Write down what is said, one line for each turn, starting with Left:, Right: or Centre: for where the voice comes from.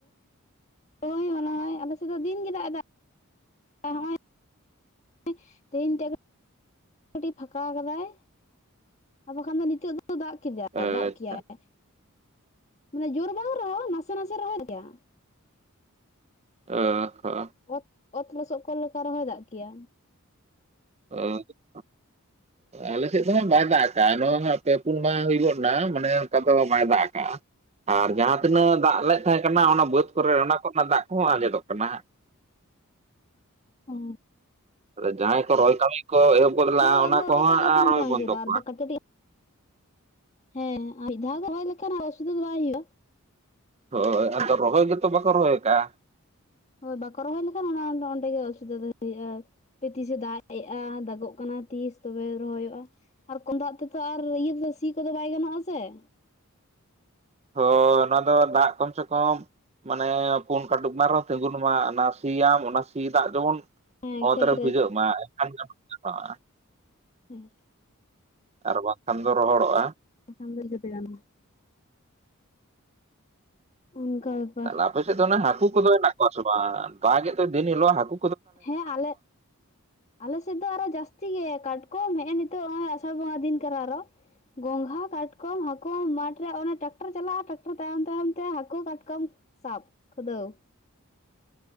Left: ᱦᱳᱹᱭ ᱱᱚᱜᱼᱚᱭ ᱟᱞᱮᱥᱮᱫ ᱫᱚ ᱫᱤᱱᱜᱮ ᱫᱟᱜ ᱮᱫᱟ ᱱᱚᱜᱼᱚᱭᱼᱼ <unintelligible> ᱛᱮᱦᱮᱧ ᱛᱮ ᱠᱟᱹᱴᱤᱡ ᱯᱷᱟᱠᱟ ᱠᱟᱫᱟᱭ ᱾ ᱟᱨ ᱵᱟᱠᱷᱟᱱ ᱫᱚ ᱱᱤᱛᱚᱜ ᱫᱚ ᱫᱟᱜ ᱠᱮᱫᱮᱭᱟ
Right: ᱟᱪᱪᱷᱟ
Left: ᱫᱟᱜ ᱠᱮᱭᱟᱭ, ᱢᱟᱱᱮ ᱡᱳᱨ ᱵᱟᱝ ᱨᱚᱦᱚᱸ ᱱᱟᱥᱮ ᱱᱟᱥᱮ ᱨᱚᱦᱚᱭ ᱜᱮᱭᱟ ᱾
Right: ᱚ ᱦᱚᱸ᱾
Left: ᱚᱛ ᱚᱛ ᱞᱚᱥᱚᱫ ᱠᱚ ᱞᱮᱠᱟ ᱨᱮᱦᱚᱭ ᱫᱟᱜ ᱠᱮᱭᱟ ᱾
Right: ᱚᱻ ᱾ ᱟᱞᱮ ᱥᱮᱫ ᱫᱚᱦᱟᱜ ᱵᱟᱭ ᱫᱟᱜ ᱠᱟᱜᱼᱟ, ᱱᱚᱜᱼᱚᱭ ᱦᱟᱜ ᱯᱮ ᱯᱩᱱ ᱢᱟᱦᱟ ᱦᱩᱭᱩᱭ ᱜᱚᱫ ᱮᱱᱟ, ᱢᱟᱱᱮ ᱚᱱᱠᱟ ᱫᱚ ᱵᱟᱭ ᱫᱟᱜ ᱠᱟᱜᱼᱟ ᱾ ᱟᱨ ᱡᱟᱦᱟᱸ ᱛᱤᱱᱟᱹᱜ ᱫᱟᱜ ᱞᱮᱫ ᱛᱟᱦᱮᱸ ᱠᱟᱱᱟ ᱚᱱᱟ ᱵᱟᱹᱫᱽ ᱠᱚᱨᱮ ᱚᱱᱟ ᱠᱚᱨᱮᱱᱟᱜ ᱫᱟᱜ ᱠᱚᱦᱚᱸ ᱟᱸᱡᱮᱫᱚᱜ ᱠᱟᱱᱟ ᱦᱟᱜ ᱾
Left: ᱦᱚᱸ
Right: ᱡᱟᱦᱟᱸᱭ ᱠᱚ ᱨᱚᱦᱚᱭ ᱠᱟᱹᱢᱤ ᱠᱚ ᱮᱦᱚᱵ ᱜᱚᱫ ᱞᱟᱫᱼᱟ
Left: ᱦᱳᱭ
Right: ᱚᱱᱟ
Left: ᱟᱫᱚ
Right: ᱠᱚᱦᱚᱸ
Left: ᱵᱟᱭ ᱫᱟᱜ ᱞᱮᱠᱷᱟᱱ
Right: ᱟᱨᱚᱭ
Left: ᱛᱚ ᱟᱸᱡᱮᱫᱚᱜᱼᱟ
Right: ᱵᱚᱱᱫᱚ
Left: ᱟᱨ
Right: ᱠᱚᱣᱟ
Left: ᱫᱟᱜ
Right: ᱾
Left: ᱠᱟᱹᱴᱤᱡ ᱦᱮᱸ, ᱢᱤᱫ ᱫᱷᱟᱹᱣ ᱜᱮ ᱦᱚᱭ ᱞᱮᱠᱷᱟᱱ ᱚᱥᱩᱵᱤᱫᱷᱟ ᱫᱚ ᱵᱟᱭ ᱦᱩᱸᱭᱩᱜᱼᱟ ᱾
Right: ᱦᱚᱭ ᱟᱫᱚ ᱨᱚᱦᱚᱭ ᱜᱮ ᱛᱚ ᱵᱟᱠᱚ ᱨᱚᱦᱚᱭᱠᱟᱼᱟ ᱾
Left: ᱦᱳᱭ ᱵᱟᱠᱚ ᱨᱚᱦᱚᱭ ᱞᱮᱠᱷᱟᱱ ᱚᱱᱟ ᱚᱸᱰᱮ ᱜᱮ ᱚᱥᱩᱵᱤᱫᱟ ᱫᱚ ᱦᱩᱭᱩᱜᱼᱟ ᱾ ᱦᱟᱯᱮ ᱛᱤᱥᱮ ᱫᱟᱜ ᱮᱜᱼᱟ ᱫᱟᱜᱚᱜ ᱠᱟᱱᱟ ᱛᱤᱥ ᱛᱚᱵᱮ ᱨᱚᱦᱚᱭᱚᱜᱼᱟ ᱾ ᱟᱨ ᱠᱚᱢ ᱫᱟᱜ ᱛᱮ ᱫᱚ ᱟᱨ ᱤᱭᱟᱹ ᱮᱫ ᱥᱤ ᱠᱚᱫᱚ ᱵᱟᱭ ᱜᱟᱱᱚᱜᱼᱟ ᱥᱮ ᱾
Right: ᱦᱳᱭ ᱚᱱᱟ ᱫᱚ ᱫᱟᱜ ᱠᱚᱢ ᱥᱮ ᱠᱚᱢᱼᱼ ᱢᱟᱱᱮ ᱯᱩᱱ ᱠᱟᱹᱴᱩᱠ ᱜᱱᱟ ᱨᱮᱦᱚᱸ ᱛᱤᱸᱜᱩᱱ ᱢᱟ, ᱚᱱᱟ ᱥᱤᱭᱟᱢ ᱚᱱᱟ ᱥᱤ ᱫᱟᱜ ᱡᱮᱢᱚᱱ ᱼᱼ
Left: ᱦᱮᱸ
Right: ᱚᱛ
Left: ᱠᱷᱮᱛ
Right: ᱨᱮ ᱵᱷᱤᱡᱷᱟᱹᱜ ᱢᱟ ᱮᱱᱠᱷᱟᱱ ᱜᱟᱱᱚᱜ ᱜᱟᱱᱚᱜ ᱼᱟ ᱾
Left: ᱦᱮᱸ ᱾ <unintelligible>
Right: ᱟᱨ ᱵᱟᱝ ᱠᱷᱟᱱ ᱫᱚ ᱨᱚᱦᱚᱲᱚᱜᱼᱟ ᱾
Left: ᱵᱟᱠᱷᱟᱱ ᱫᱚ <unintelligible> ᱡᱛᱮ ᱜᱟᱱᱼᱟ ᱚᱱᱠᱟ ᱵᱮᱯᱟᱨ
Right: ᱛᱟᱦᱞᱮ ᱟᱯᱮ ᱥᱮᱫ ᱫᱚ ᱚᱱᱮ ᱦᱟᱹᱠᱩ ᱠᱚᱫᱚ ᱦᱮᱱᱟᱜ ᱠᱚᱣᱟ ᱥᱮ ᱵᱟᱝ? ᱫᱟᱜᱮᱫ ᱫᱚᱭ ᱫᱤᱱ ᱦᱤᱞᱚᱜ ᱦᱟᱹᱠᱩᱼᱼ
Left: ᱦᱮᱸ ᱟᱞᱮᱜᱼᱼ ᱟᱞᱮᱥᱮᱫ ᱫᱚ ᱟᱨᱚ ᱡᱟᱹᱥᱛᱤ ᱜᱮ, ᱠᱟᱴᱠᱚᱢ ᱦᱮᱸᱜᱼᱮ ᱱᱤᱛᱚᱜ ᱱᱟᱸᱜ ᱟᱥᱟᱲ ᱵᱚᱸᱜᱟ ᱫᱤᱱ ᱠᱟᱱᱟ ᱟᱨᱚᱼᱼ ᱜᱚᱝᱜᱷᱟ ᱠᱟᱴᱠᱚᱢ ᱦᱟᱹᱠᱩ ᱢᱟᱴᱷ ᱨᱮ ᱚᱱᱮ ᱴᱨᱟᱠᱴᱟᱨ ᱪᱟᱞᱟᱜᱼᱟ, ᱴᱨᱟᱠᱴᱟᱨ ᱛᱟᱭᱚᱢ ᱛᱟᱭᱚᱢ ᱛᱮ ᱦᱟᱹᱠᱩ ᱠᱟᱴᱠᱚᱢᱼᱼ ᱥᱟᱵ ᱫᱚᱟᱹᱣ ᱾